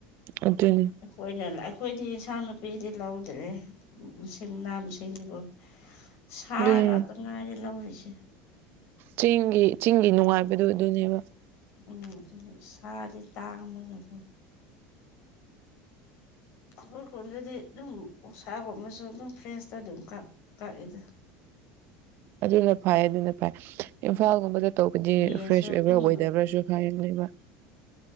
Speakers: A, on the right; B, on the left.
A: ꯑꯗꯨꯅꯦ
B: ꯑꯩꯈꯣꯏꯅ ꯑꯩꯈꯣꯏꯗꯤ ꯏꯟꯁꯥꯡ ꯅꯥꯄꯤꯗꯤ ꯂꯧꯗ꯭ꯔꯦ ꯃꯁꯤꯡ ꯅꯥ ꯃꯁꯤꯡꯅꯤꯀꯣ ꯁꯥꯅ
A: ꯑꯗꯨꯅꯤ
B: ꯉꯥꯛꯇ ꯉꯥꯏꯔꯦ ꯂꯧꯔꯤꯁꯦ
A: ꯆꯦꯡꯒꯤ ꯆꯤꯡꯒꯤ ꯅꯨꯡꯉꯥꯏꯕꯗꯨ ꯑꯗꯨꯅꯦꯕ
B: ꯎꯝ ꯑꯗꯨ ꯁꯥꯗꯤ ꯇꯥꯡꯕꯅꯦꯀꯣ ꯑꯩꯈꯣꯏ ꯈꯨꯟꯗꯗꯤ ꯑꯗꯨꯝ ꯁꯥꯒꯨꯝ ꯑꯃꯁꯨ ꯑꯗꯨꯝ ꯐ꯭ꯔꯦꯁꯇ ꯑꯗꯨꯝ ꯀꯛꯑꯗ
A: ꯑꯗꯨꯅ ꯐꯥꯏ ꯑꯗꯨꯅ ꯐꯥꯏ ꯏꯝꯐꯥꯜꯒꯨꯝꯕꯗ ꯇꯧꯕꯗꯤ
B: ꯌꯦꯟꯁꯨ
A: ꯐ꯭ꯔꯦꯁ
B: ꯑꯗꯨꯝ
A: ꯑꯣꯏꯕ꯭ꯔꯥ ꯑꯣꯏꯗꯕ꯭ꯔꯥꯁꯨ ꯈꯔꯌꯦꯡ ꯂꯩꯕ